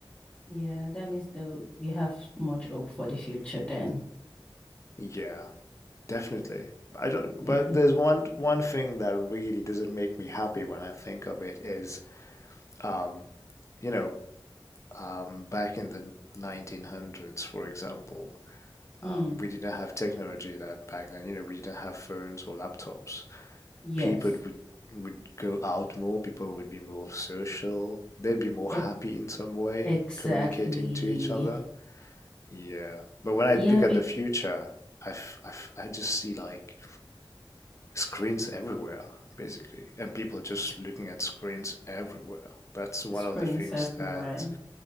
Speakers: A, on the left (about 15°); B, on the left (about 35°).
A: Yeah, that means the we have much hope for the future then.
B: Yeah, definitely. I don't,
A: Yeah.
B: but there's one one thing that really doesn't make me happy when I think of it is, um, you know, um, back in the 1900s, for example,
A: Mm,
B: um, we didn't have technology that back then. You know, we didn't have phones or laptops.
A: yes.
B: People would would go out more. People would be more social. They'd be more
A: E
B: happy in some way,
A: exactly.
B: communicating to each other. Yeah, but when I
A: Yeah,
B: look
A: big
B: at the future, I, f- I, f- I just see like screens everywhere, basically, and people just looking at screens everywhere. That's one
A: screens
B: of the things
A: everywhere.
B: that